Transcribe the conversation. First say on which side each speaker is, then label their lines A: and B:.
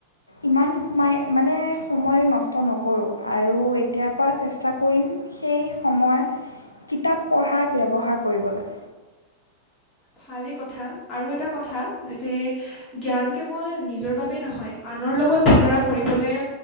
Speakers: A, on the left (about 80°); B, on the left (about 25°).
A: ইমান সোমাই মানে সময় নষ্ট নকৰোঁ আৰু এতিয়াৰ পৰা চেষ্টা কৰিম সেই সময় কিতাপ পঢ়াৰ ব্যৱহাৰ কৰিবলৈ।
B: ভালেই কথা আৰু এটা কথা যে জ্ঞান কেৱল নিজৰ বাবেই নহয় আনৰ লগত বতৰা কৰিবলৈ